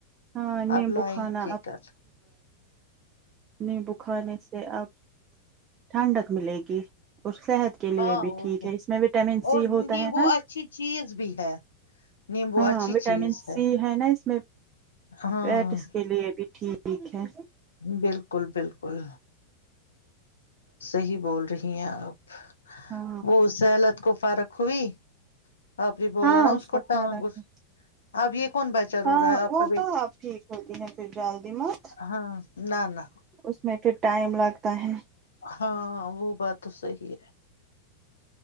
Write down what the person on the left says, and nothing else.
اب لیں
یہ کر
ہاں اور
کیا
اور
نیمبو
اچھی چیز بھی ہے نیمبو
اچھی
چیز
ہاں
بالکل بالکل صی بول رہی ہیں آپ
وہ سلت کو فارق ہوئی آپ یہ بولا
رہا ہوں اس کو ٹانگ
اب یہ کون بیچار ہو
رہا ہے آپ
کا بیٹا
ہاں نہ نہ
ہاں وہ بات تو صی ہے